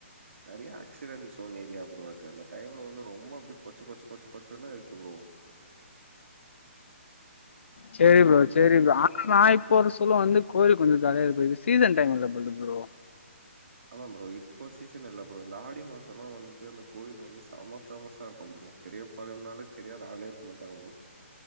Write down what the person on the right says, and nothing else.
நெறையா ஆக்சிடென்ட்ஸ் ஸோன் ஏரியா ப்ரோ அது அந்த டைம்ல வந்து ரொம்ப அப்டி கொச்ச கொச்ச கொச்சன்னு இருக்கு ப்ரோ
ம்.
ஆமா ப்ரோ இப்போ சீசன் இல்ல ப்ரோ இந்த ஆடி மாசோ எல்லா வந்துட்டு அந்த கோயிலு செம ஃபேமஸா இருக்கும் ப்ரோ பெரியபாளையம்னாலே தெரியாத ஆளே இருக்க மாட்டாங்க ப்ரோ